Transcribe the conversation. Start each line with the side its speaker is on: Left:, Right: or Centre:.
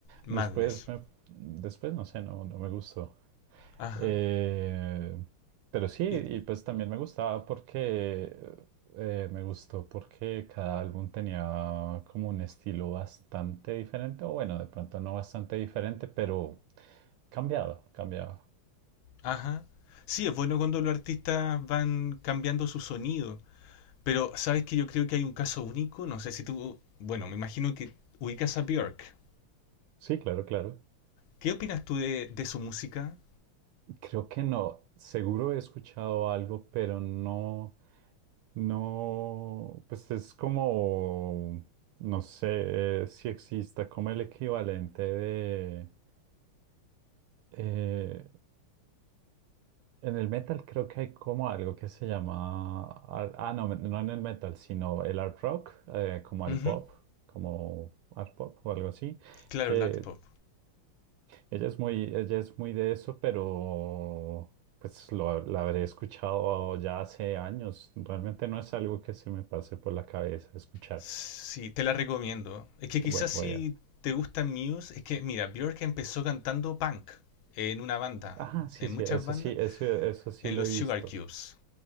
Left: Madness.
Right: Después me, después no sé, no, no me gustó.
Left: Ajá.
Right: Eh, pero sí, y
Left: ¿Y
Right: pues también me gustaba porque eh, me gustó porque cada álbum tenía como un estilo bastante diferente, o bueno, de pronto no bastante diferente, pero cambiado, cambiado.
Left: Ajá. Sí, es bueno cuando los artistas van cambiando su sonido, pero sabes que yo creo que hay un caso único, no sé si tú, bueno, me imagino que ubicas a Björk.
Right: Sí, claro, claro.
Left: ¿Qué opinas tú de, de su música?
Right: Creo que no. Seguro he escuchado algo, pero no, no, pues es como, no sé eh, si exista como el equivalente de, eh, en el metal creo que hay como algo que se llama, ar- ah, no, no en el metal, sino el art rock, eh, como
Left: Ujú,
Right: el pop, como art pop o algo así,
Left: Claro,
Right: que
Left: el pop.
Right: ella es muy, ella es muy de eso, pero pues lo, la habré escuchado ya hace años. Realmente no es algo que se me pase por la cabeza escuchar.
Left: Sí, te la recomiendo. Es que
Right: Bueno,
Left: quizás si
Right: voy a...
Left: te gusta Muse, es que mira, Björk empezó cantando punk en una banda,
Right: Ajá, sí,
Left: en
Right: sí,
Left: muchas
Right: eso
Left: bandas,
Right: sí, eso, eso sí
Left: en
Right: lo
Left: los
Right: he visto.
Left: Sugar Cubes.